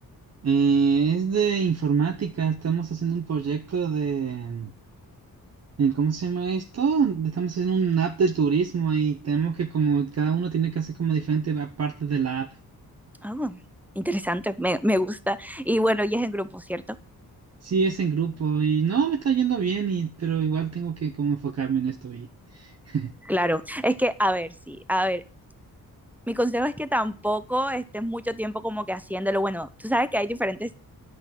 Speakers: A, on the right (about 45°); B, in the centre.
A: Eh, es de informática, estamos haciendo un proyecto de, eh, ¿cómo se llama esto? Estamos haciendo un app de turismo y tenemos que como cada uno tiene que hacer como diferentes partes de la app.
B: Oh, interesante, me, me gusta. Y bueno, y es en grupo, ¿cierto?
A: Sí, es en grupo y no, me está yendo bien, y, pero igual tengo que como enfocarme en esto y <laughs>
B: Claro, es que, a ver, sí, a ver, mi consejo es que tampoco estés mucho tiempo como que haciéndolo. Bueno, tú sabes que hay diferentes